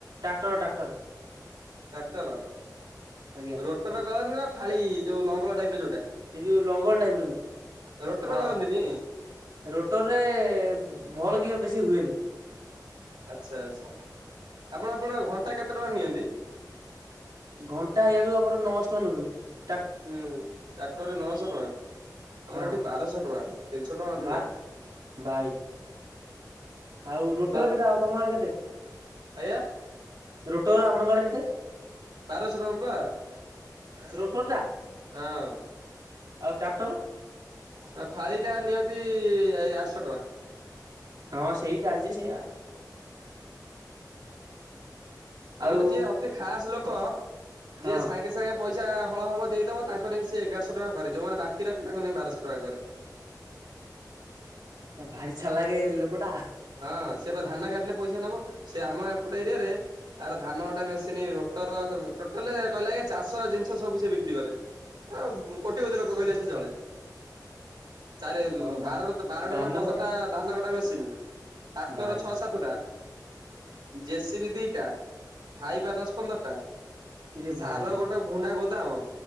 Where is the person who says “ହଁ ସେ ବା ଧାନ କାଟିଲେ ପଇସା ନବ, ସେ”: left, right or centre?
Right